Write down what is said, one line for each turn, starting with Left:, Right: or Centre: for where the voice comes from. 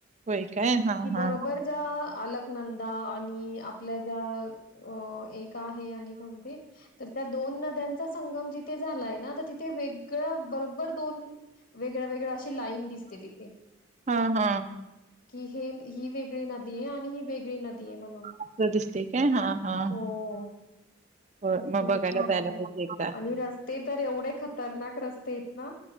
Right: होय काय? हां,
Left: कि
Right: हां.
Left: बरोबर ज्या आलकनंदा आणि आपल्या ज्या अ एक आहे. ते आणि कोणते, त्या दोन नदया चा संगम जिथे झालाय ना तिथे वेगळ बरो बर दोन वेगळ्या वेगळ्या अशी लाईन दिसते तिथे
Right: हां, हां.
Left: कि हे ही वेग वेगळी नदीये आणि ही वेगळी नदीये म्हणून.
Right: असं दिसते हा हा.
Left: हो,
Right: होय
Left: खूप
Right: मग बघायला
Left: छान
Right: जायला
Left: आहे.
Right: पाहिजे एकदा.
Left: आणि रस्ते तर एवढे खतरनाक रस्ते आहेत ना,